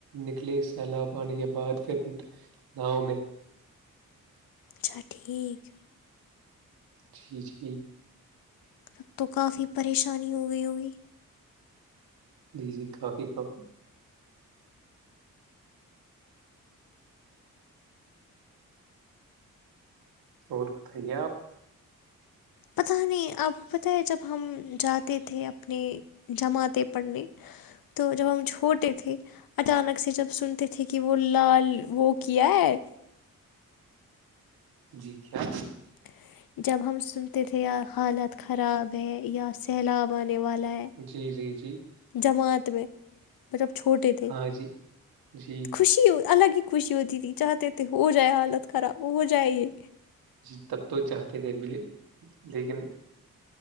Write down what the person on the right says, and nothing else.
نکلے سیلاب پانے کے بعد پھر ناؤ میں
جی جی
جی جی کافی کافی اور بتائی آپ
جی کیا
جی جی جی
ہاں جی جی
جی تب تو چاہتے تھے بل لیکن